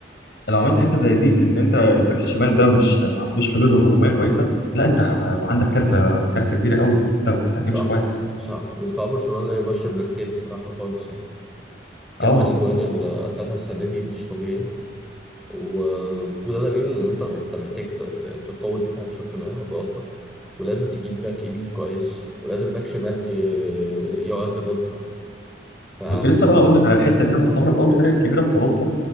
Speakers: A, on the left; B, in the centre.
A: لو عملت حته زي دي في ان انت الباك الشمال ده مش ما عندوش حلول هجوميه كويسه لا انت هيبقى عندك كارثه كارثه كبيره قوي ان انت ما بتهاجمش
B: صح
A: كويس
B: صح ودفاع برشلونه لا يبشر بالخير بصراحه خالص يعني كمل
A: اه
B: الاجوان اللي اخذها السنه دي مش طبيعي و... وده دليل ان انت انت محتاج ت- ت- تقوي الدفاع بشكل ما او باخر ولازم تجيب باك يمين كويس ولازم باك شمال ي- يقعد لبالدي ف
A: انا كنت لسه بقى اقول لك على الحته دي انا بستغرب قوي الفرق الكبيره في اوروبا